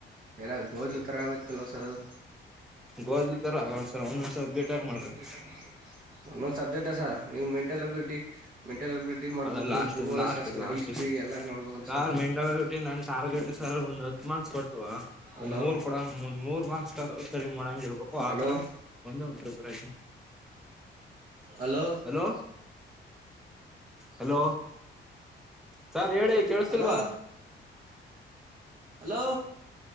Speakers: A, on the right (about 45°); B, in the centre.
A: ಏನಾದ ಗೋದ್ಲು
B: ಹ್ಞೂ
A: ತರ ಆಗತ್ತಲ್ವಾ ಸರ್ ಅದು.
B: ಗೋಧಿ ಥರ ಆಗಲ್ಲ ಸರ್ ಒಂದೊಂದು ಸಬ್ಜೆಕ್ಟಾಗಿ
A: ಒಂದೊಂದ್
B: ಮಾಡ್ಬೇಕು
A: ಸಬ್ಜೆಕ್ಟ್ ಸರ್. ನೀವು ಮೆಂಟಲ್ಬಿಲಿಟಿ ಮೆಂಟಲ್ಬಿಲಿಟಿ ಮಾಡ್ಬೇಕು
B: ಅದ ಲಾಸ್ಟ್
A: ಭೂಗೋಲಶಾಸ್ತ್ರ
B: ಲಾಸ್ಟ್ ಲಾಸ್ಟ್
A: ಹಿಸ್ಟ್ರಿ ಎಲ್ಲ ನೋಡ್ಬೇಕಲ್ಲ
B: ಸಾರ್
A: ಸರ್ ನೀವು.
B: ಮೆಂಟಾಲಿಟಿ ನನ್ ಟಾರ್ಗೆಟ್ ಸರ್ ಒಂದ ಹತ್ ಮಾರ್ ಕೊಟ್ಟು,
A: ಹಲೋ
B: ಒಂದ್ ಮೂರ್ ಕೊಡ ಒಂದ್ ಮೂರ್ ಮಾರ್ಕ್ಸ್ ಸರಿ ಮಾಡಂಗ ಇರ್ಬೇಕು, ಆತರ
A: ಹಲೋ
B: ಒಂದು prepare
A: hello,
B: hello, hello sir ಹೇಳಿ ಕೇಳಸ್ತಿಲ್ವಾ,
A: ಹಲೋ ಹಲೋ